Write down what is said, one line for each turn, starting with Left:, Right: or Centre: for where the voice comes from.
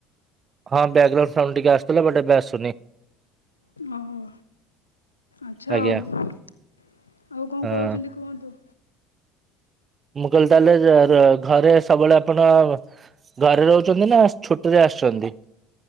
Right: ହଁ ବ୍ୟାଗ୍ରାଉଣ୍ଡ ସାଉଣ୍ଡ ଟିକେ ଆସୁଥୁଲା ବଟ ଏବେ ଆସୁନି।
Left: ଓହୋ। ଆଚ୍ଛା
Right: ଆଜ୍ଞା
Left: ଆଉ ଆଉ କଣ
Right: ହଁ।
Left: କୋହୁଚନ୍ତି କୁହନ୍ତୁ।
Right: ମୁଁ କହିଲି ତାହେଲେ ର-ର-ଘରେ ସବୁବେଳେ ଆପଣ ଘରେ ରହୁଚନ୍ତି ନା ଛୁଟିରେ ଆସଚନ୍ତି?